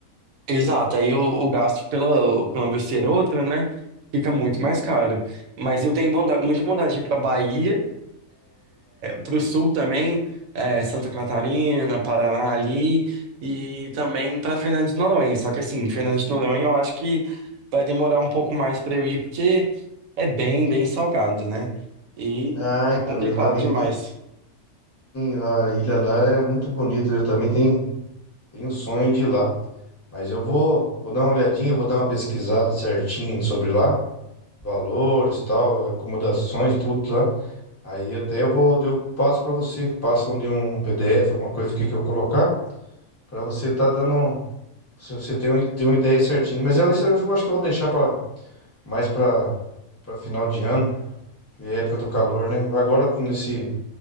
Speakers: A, on the right (about 70°); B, on the left (about 15°).
A: Exato, aí o, o gasto pelo câmbio ser outro, né? Fica muito mais caro. Mas eu tenho vontade, muita vontade de ir para Bahia, para o sul também, é, Santa Catarina, Paraná ali, e também para Fernando de Noronha. Só que assim, Fernando de Noronha eu acho que vai demorar um pouco mais para eu ir, porque é bem, bem salgado, né? E
B: Ah,
A: é
B: então,
A: complicado
B: eu também,
A: demais.
B: eu lá, a ilha lá é muito bonita, eu também tenho, tenho um sonho de ir lá. Mas eu vou, vou dar uma olhadinha, vou dar uma pesquisada certinho sobre lá, valores, tal, acomodações, tudo lá. Aí até eu vou, eu passo para você, passam de um PDF, alguma coisa aqui que eu colocar, para você estar dando um Se você tem, um- tem uma ideia certinha. Mas eu, isso eu acho que eu vou deixar pra, mais para final de ano, que é época do calor, né? Agora, nesse